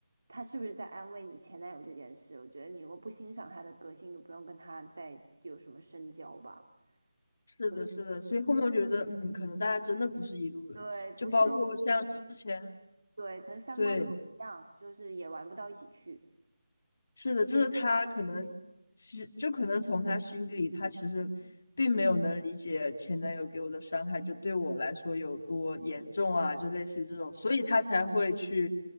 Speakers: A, on the right (about 70°); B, on the left (about 45°).
A: 她是不是在安慰你前男友这件事，我觉得你如果不欣赏她的个性，就不用跟她再有什么深交吧。
B: 是的，
A: 对
B: 是的，所以后面我觉得，嗯，可能大家真的不是一路人，
A: 对，
B: 就包括像之前，
A: 不是，对，可能三观不一样，
B: 对，
A: 就是也玩不到一起去。
B: 是的，就是他可能，其实就可能从他心底里，他其实并没有能理解前男友给我的伤害，就对我来说有多严重啊，就类似于这种，所以他才会去